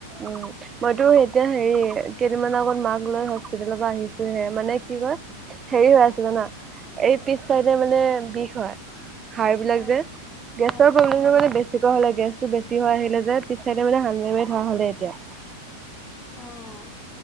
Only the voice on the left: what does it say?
অ
অ
অহ